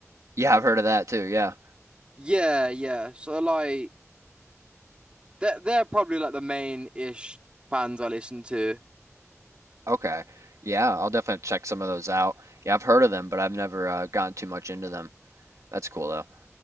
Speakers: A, on the right; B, on the right.
A: Yeah, I've heard of that too. Yeah.
B: Yeah, yeah. So like, they're they're probably like the main-ish bands I listen to.
A: Okay. Yeah, I'll definitely check some of those out. Yeah, I've heard of them, but I've never uh, gotten too much into them. That's cool though.